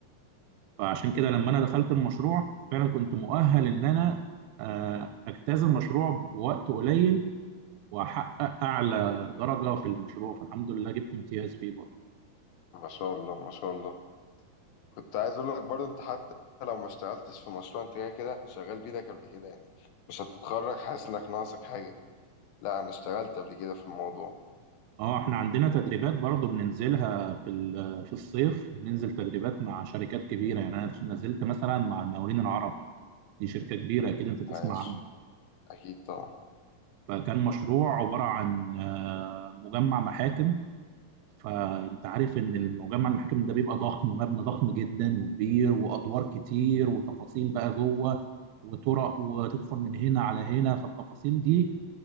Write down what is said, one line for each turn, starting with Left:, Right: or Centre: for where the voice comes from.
Right: فعشان كده لما انا دخلت المشروع فعلا كنت مؤهل ان انا آه، اجتاز المشروع بوقت قليل واحقق اعلى درجه في المشروع فالحمد لله جبت امتياز فيه برضه
Left: ما شاء الله ما شاء الله كنت عايز اقول لك برضه انت حتى لو ما اشتغلتش في مشروع انت كده كده شغال بايدك قبل كده يعني مش هتتخرج حاسس انك ناقصك حاجه لا انا اشتغلت قبل كده في الموضوع
Right: اه احنا عندنا تدريبات برضه بننزلها في ال- في الصيف بننزل تدريبات مع شركات كبيره يعني انا نزلت مثلا مع المقاولين العرب دي شركه كبيره اكيد انت تسمع
Left: عاش
Right: عنها
Left: اكيد طبعا
Right: فكان مشروع عباره عن آه، مجمع محاكم فانت عارف ان المجمع المحاكم ده بيبقى ضخم مبنى ضخم جدا وكبير وادوار كتير وتفاصيل بقى جوه وطرق وتدخل من هنا على هنا فالتفاصيل دي